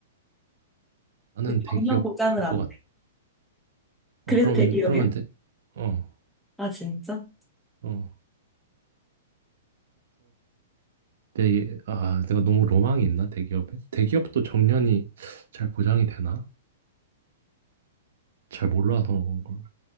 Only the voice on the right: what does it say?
나는
대기업
갈
것 같.
어, 그러면
그러면 돼. 어,
어, 내, 아, 내가 너무 로망이 있나, 대기업에? 대기업도 정년이 잘 보장이 되나? 잘 몰라서 그런 걸.